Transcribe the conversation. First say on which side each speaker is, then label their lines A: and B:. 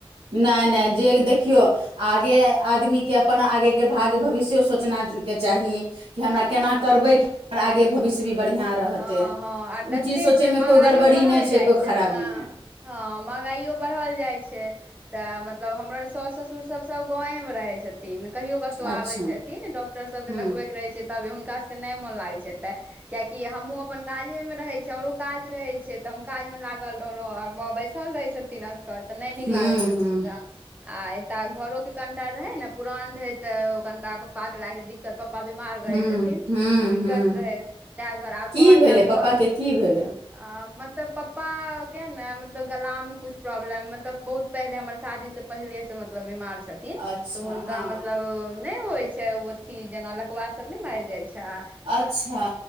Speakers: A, on the right; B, on the right.
A: नै- नै जे देखियौ आगे आदमी के अपन आगेके भाग्य भविष्य सोचनाे के चाही कि हमरा
B: हँ
A: केना करबै की और आगे भविष्य भी बढ़िआँ रहतै
B: हँ हँ आर
A: ओ
B: देखते
A: चीज सोचय
B: छियै
A: मे
B: महँगाइओ
A: कोइ गड़बड़ी
B: बढ़ल
A: नहि छै
B: जाइ
A: कोइ
B: छैय
A: खराबी
B: न।
A: नहि
B: हँ महगाइयो बढ़ल जाइ छैय। तऽ मतलब हमर सास ससुर सब-सब गाँवे मे रहै छ थिन कहियो कतहु आबै
A: अच्छा
B: छथिन डॉक्टर सबके
A: हूँ
B: देखबे के रहै छैन तबे हुनका सभके नहि मोन लागै छैय एतऽ। कियाकि हमहूँ अपन काजेमे रहै छीये हमरो काज रहै छैय तऽ हम काजमे लागल रहलहुँ आ माँ बैसल रहै छ थिन असगर तऽ नै नीक
A: हूँ
B: लागै छैय
A: हूँ
B: हुनका। आ एतय घरोे कनिटा रहै ने पुरान रहे तऽ कनिटा पप्पा के के लए के दिक कर पप्पा बीमार रहै
A: हूँ
B: छथिन
A: हूँ
B: तऽ दिक्कत
A: हूँ
B: रहै। ता दुआरे आब
A: की
B: कहलय
A: भेलै
B: आब
A: पप्पा
B: घ
A: के की भेलै
B: आ मतलब पप्पा के ने मतलब गलामे कुछ प्रॉब्लम मतलब बहुत पहिले हमर शादीसँ पहिले से मतलब बीमार छथिन
A: अच्छा
B: तऽ हुनका
A: हँ
B: मतलब नै होइ छैय ओ अथी जेना लकवा सभ नै मएर जाइ छैय।
A: अच्छा।